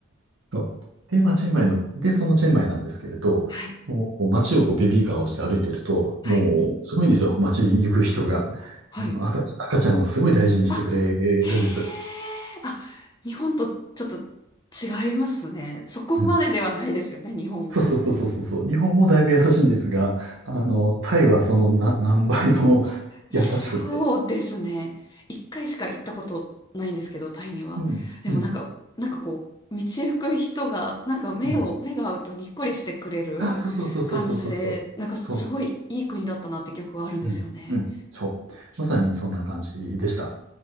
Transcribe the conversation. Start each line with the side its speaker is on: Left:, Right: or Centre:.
Right: そうで、まあ、チェンマイの、で、そのチェンマイなんですけれど、
Left: <laughs> はい。
Right: もう、こう街をこう、ベビーカーをして歩いてると、
Left: はい。
Right: もう、すごいんですよ。街に行く人が。
Left: はい。
Right: 赤、赤ちゃんをすごい大事にしてくれるんです。
Left: あ、へえ。あ、日本とちょっと違いますね。そこまでではないですよね、
Right: うん
Left: 日本も。
Right: そうそうそうそうそうそう。日本もだいぶ優しいんですが、あの、タイはそのな何倍も <laughs>
Left: そうですね。
Right: 優しくて。
Left: 一回しか行ったことないんですけど、タイには。
Right: うん、
Left: でもなんか、
Right: うん、
Left: なんかこう、道行く人が、なんか目を、
Right: うん。
Left: 目が合うとにっこりしてくれる感じで、
Right: あ、そうそうそうそうそうそうそう。
Left: なんかすごいいい国だったなって記憶があるんですよね。
Right: そううん、うんそう。まさにそんな感じでした。